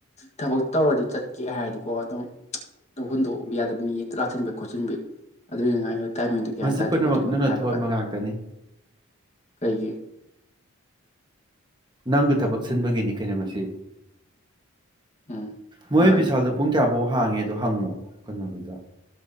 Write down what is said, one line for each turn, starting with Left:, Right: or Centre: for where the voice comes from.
Left: ꯊꯕꯛ ꯇꯧꯔꯗꯤ ꯆꯠꯀꯦ ꯍꯥꯏꯔꯗꯤꯀꯣ ꯑꯗꯨꯝ ꯍꯨꯟꯗꯣꯛꯍꯟꯕ ꯌꯥꯗꯕ ꯃꯤ ꯍꯦꯛꯇ ꯂꯥꯁꯤꯟꯕ ꯈꯣꯠꯆꯤꯟꯕꯤ ꯑꯗꯨꯒꯤꯅ ꯉꯥꯏ ꯇꯥꯏꯃꯤꯡꯗꯣ ꯒ꯭ꯌꯥꯟ
Right: ꯃꯁꯤ
Left: ꯇꯥꯗꯦ
Right: ꯄꯨꯝꯅꯃꯛ
Left: ꯈꯣꯠꯇꯦ ꯑꯗꯨꯝ
Right: ꯅꯪꯅ
Left: ꯍꯥꯏꯕ
Right: ꯊꯣꯛꯍꯟꯕ
Left: ꯀꯥꯟꯗ
Right: ꯉꯥꯛꯇꯅꯤ
Left: ꯀꯩꯒꯤ
Right: ꯅꯪ ꯊꯕꯛ ꯁꯤꯟꯕꯒꯤꯅꯤ ꯀꯩꯅꯣ ꯃꯁꯤ
Left: ꯎꯝ
Right: ꯃꯣꯏ
Left: ꯃꯥꯅꯦ
Right: ꯕꯤꯁꯥꯜꯗ ꯄꯨꯡ ꯀꯌꯥ ꯐꯧ ꯍꯥꯡꯉꯦ ꯑꯗꯣ ꯍꯪꯉꯣ ꯀꯩꯅꯣꯗꯨꯗ